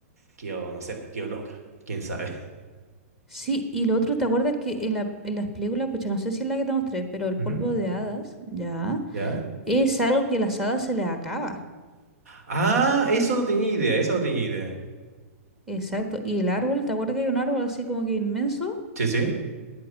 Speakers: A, on the right; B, in the centre.
A: quedó, no sé, pues, quedó loca, quién sabe.
B: Sí, y lo otro, ¿te acuerdas que en la, en las películas, pues no sé si es la que te mostré, pero el
A: Ujú,
B: polvo de hadas, ya,
A: ¿Ya?
B: es algo que las hadas se les acaba.
A: Ah, eso no tenía idea, eso no tenía idea.
B: Exacto. Y el árbol, ¿te acuerdas que hay un árbol así como que inmenso?
A: Sí, sí.